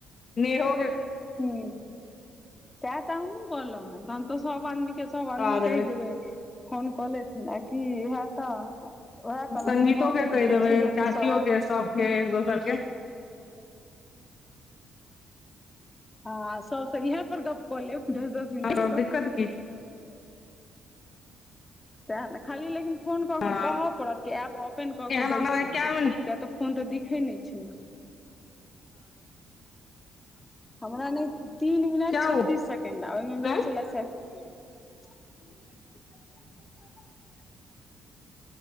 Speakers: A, on the left (about 50°); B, on the left (about 20°).
A: नेहो के
B: हूँ सहै तऽ हमहु कहलु है तहन तऽ सब आदमी के सब
A: करबा
B: आदमी कहि
A: देबै
B: देबय फोन कऽ लेथिन आ की हेतऽ उएह कहलहुँ
A: संगीतो
B: भऽ
A: के
B: जेते
A: कहि
B: तऽ
A: देबै
B: ठीक रहतै
A: चाचियो
B: सभ आदमी
A: के सबके एक दोसर के
B: हं सबसँ इहै पर गप्प कऽ लेब मिनटके
A: हां तऽ दिक्कत की छै
B: सेहै ने खाली लेकिन फोन कऽ
A: हँ
B: कऽ कहअ पड़त कि ऐप ओपेन कऽ
A: एहन
B: कऽ बैसू
A: हमरा क्या हँ
B: किया तऽ फोन तऽ दिखै नय छै हमरा नय तीन मिनट
A: क्या हुआ
B: छत्तीस सेकेंड आ ओहिमे भेल
A: आँय
B: छलै
A: <inaudible>